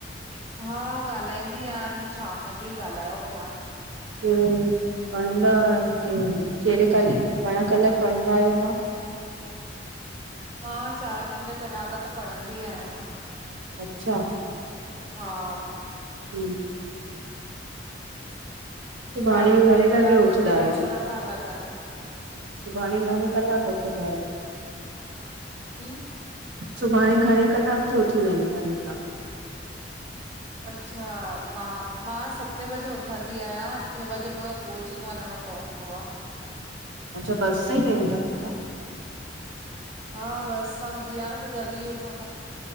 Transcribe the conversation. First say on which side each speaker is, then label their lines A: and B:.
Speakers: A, on the right; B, on the right.
A: हा ॻाल्हाईंदी आंन शाम जो ई ॻाल्हायो मांन्।
B: बियो पढ़ंदा कहिड़े कालेज, घणा कलाक पढ़ंदा आहियो तहां?
A: मां चारि पंज कलाक त पढ़ंदी आहियां।
B: अच्छा?
A: हा।
B: हम्म। सुभाणे
A: चार पंज
B: घणे
A: किलाक
B: लॻे उथंदा
A: बि कुछु नथा लॻनि।
B: घणें -घणें कलाक उथंदा आहियो?
A: जी?
B: सुभाणे घणे कलाक जो उथी वेंदा आहियो तहां?
A: अच्छा, मां मां सते बजे उथंदी आहियां। अठे बजे मुखे कोचिंग वञिंणो पवंदो आ।
B: अच्छा बस सां ई वेंदा आहियो तहां?
A: हा बस सां वेंदी आहियां, त जल्दी उथण